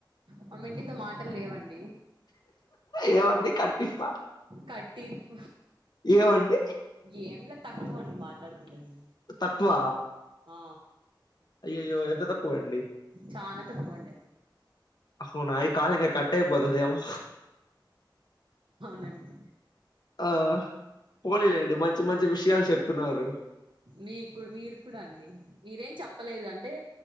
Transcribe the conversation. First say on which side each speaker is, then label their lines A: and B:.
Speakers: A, on the right; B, on the left.
A: మా మెంటితో మాటలు లేవండి
B: ఏమండి కట్టిఫా
A: కట్టిఫ్
B: ఏవండి?
A: ఏంలే తక్కువండి మాట్లాడుకుండేది మేము
B: తక్కువ
A: ఆ
B: అయ్యయ్యో ఎంత తక్కువండి
A: చానా తక్కువ అండి అసల
B: అవునా ఈ కాల్ ఇగ కట్టయిపోతదేమో
A: రండి
B: ఆ పోలెలేండి, మంచి మంచి విషయాలు చెప్తున్నారు.
A: మీకు మీరు కూడ అండి. మీరేం చెప్పలేదు అంటే,